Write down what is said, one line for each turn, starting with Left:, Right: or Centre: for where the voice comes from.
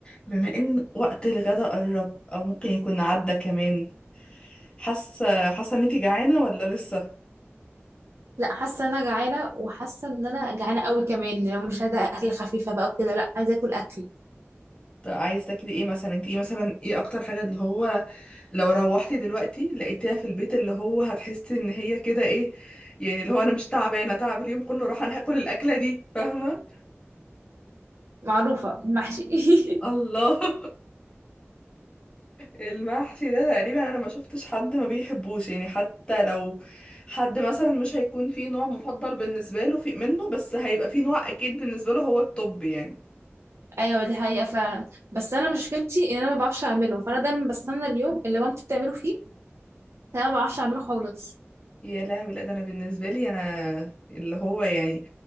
Left: بما ان وقت الغدا قرب او ممكن يكون عدى كمان حاسه حاسه ان انت جعانه ولا لسه
Right: لا حاسه ان انا جعانه وحاسه ان انا جعانه قوي كمان لو مش عايزه اكل خفيفه بقى وكده لا عايزه اكل اكل
Left: طب عايز تاكلي ايه مثلا انت ايه مثلا ايه اكتر حاجه اللي هو لو روحتي دلوقتي لقيتيها في البيت اللي هو هتحسي ان هي كده ايه يعني اللي هو انا مش تعبانه تعب اليوم كله راح انا هاكل الاكله دي فاهمه
Right: معروفه المحشي <laughs>
Left: الله <laughs> المحشي ده تقريبا انا ما شفتش حد ما بيحبوش يعني حتى لو حد مثلا مش هيكون فيه نوع مفضل بالنسبه له في منه بس هيبقى فيه نوع اكيد بالنسبه له هو الطب يعني
Right: ايوه دي حقيقه فعلا بس انا مشكلتي ان انا ما بعرفش اعمله فانا دايما بستنى اليوم اللي مامتي بتعمله فيه انا ما بعرفش اعمله خالص
Left: يا لهوي لا ده انا بالنسبه لي انا اللي هو يعني